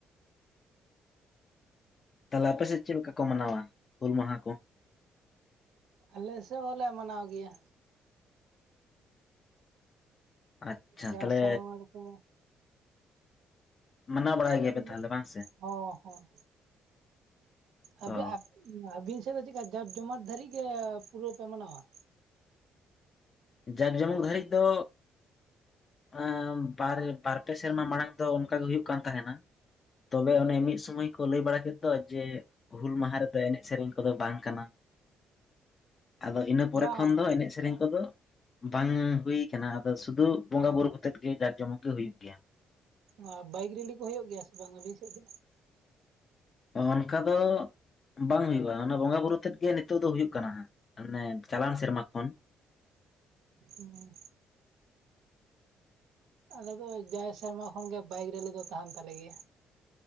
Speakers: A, on the left (about 40°); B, on the right (about 85°).
A: ᱛᱟᱞᱮ ᱟᱯᱮ ᱥᱮᱫ ᱪᱮᱫ ᱞᱮᱠᱟ ᱠᱚ ᱢᱟᱱᱟᱣᱟ ᱦᱩᱞ ᱢᱟᱦᱟ ᱠᱚ?
B: ᱟᱞᱮ ᱥᱮᱫ ᱦᱚᱸᱞᱮ ᱢᱟᱱᱟᱣ ᱜᱮᱭᱟ᱾
A: ᱟᱪᱪᱷᱟ
B: ᱡᱟᱣ
A: ᱛᱟᱦᱚᱞᱮ
B: ᱥᱮᱨᱢᱟ ᱞᱮᱠᱟ
A: ᱢᱟᱱᱟᱣ ᱵᱟᱲᱟᱭ
B: ᱪᱮᱫᱤᱱ
A: ᱜᱮᱭᱟᱯᱮ ᱛᱟᱦᱚᱞᱮ
B: ᱜᱮ
A: ᱵᱟᱝ ᱥᱮ
B: ᱦᱚᱸ ᱦᱚᱸ ᱟᱵᱤ
A: ᱚ
B: ᱟᱯ ᱟᱵᱤᱱ ᱥᱮᱫ ᱫᱚ ᱪᱤᱫᱠᱟ ᱡᱟᱠ ᱡᱚᱢᱟᱨ ᱫᱷᱟᱹᱨᱤᱡ ᱜᱮ ᱯᱩᱨᱟᱹ ᱯᱮ ᱢᱟᱱᱟᱣᱟ᱾
A: ᱡᱟᱠ ᱡᱚᱢᱚᱠ ᱜᱷᱟᱹᱲᱤᱡ ᱫᱚ ᱟ ᱵᱟᱨ ᱵᱟᱨᱯᱮ ᱥᱮᱨᱢᱟ ᱢᱟᱲᱟᱝ ᱫᱚ ᱚᱱᱠᱟ ᱜᱮ ᱦᱩᱭᱩᱜ ᱠᱟᱱ ᱛᱟᱦᱮᱱᱟ᱾ ᱛᱚᱵᱮ ᱚᱱᱮ ᱢᱤᱫ ᱥᱩᱢᱚᱭ ᱠᱚ ᱞᱟᱹᱭ ᱵᱟᱲᱟ ᱠᱮᱫ ᱫᱚ ᱡᱮ ᱦᱩᱞ ᱢᱟᱦᱟ ᱨᱮᱫᱚ ᱮᱱᱮᱡ ᱥᱮᱨᱮᱧ ᱠᱚᱫᱚ ᱵᱟᱝ ᱠᱟᱱᱟ᱾ ᱟᱫᱚ ᱤᱱᱟᱹ ᱯᱚᱨᱮ
B: ᱵᱟᱝ
A: ᱠᱷᱚᱱ ᱫᱚ ᱮᱱᱮᱡ-ᱥᱮᱨᱮᱧ ᱠᱚᱫᱚ ᱵᱟᱝ ᱦᱩᱭ ᱟᱠᱟᱱᱟ ᱟᱫᱚ ᱥᱩᱫᱩᱜ ᱵᱚᱸᱜᱟ ᱵᱩᱨᱩ ᱠᱚᱛᱮᱛ ᱜᱮ ᱡᱟᱠ ᱡᱚᱢᱚᱠ ᱫᱚ ᱦᱩᱭᱩᱜ ᱜᱮᱭᱟ᱾
B: ᱟ ᱵᱟᱭᱤᱠ ᱨᱮᱞᱤ ᱠᱚ ᱦᱩᱭᱩᱜ ᱜᱮᱭᱟ ᱥᱮ ᱵᱟᱝ ᱟᱹᱵᱤᱱ ᱥᱮᱫ ᱫᱚ?
A: ᱚᱱᱠᱟ ᱫᱚ ᱵᱟᱝ ᱦᱩᱭᱩᱜ-ᱟ ᱚᱱᱟ ᱵᱚᱸᱜᱟ ᱵᱩᱨᱩ ᱛᱮᱫ ᱜᱮ ᱱᱤᱛᱚᱜ ᱫᱚ ᱦᱩᱭᱩᱜ ᱠᱟᱱᱟ ᱦᱟᱸᱜ ᱢᱟᱱᱮ ᱪᱟᱞᱟᱣ ᱮᱱ ᱥᱮᱨᱢᱟ ᱠᱷᱚᱱ᱾
B: ᱦᱩᱸ ᱟᱞᱮ ᱫᱚ ᱡᱟᱭ ᱥᱮᱨᱢᱟ ᱠᱷᱚᱱᱜᱮ ᱵᱟᱭᱤᱠ ᱨᱮᱞᱤ ᱫᱚ ᱛᱟᱦᱮᱱ ᱛᱟᱞᱮ ᱜᱮᱭᱟ᱾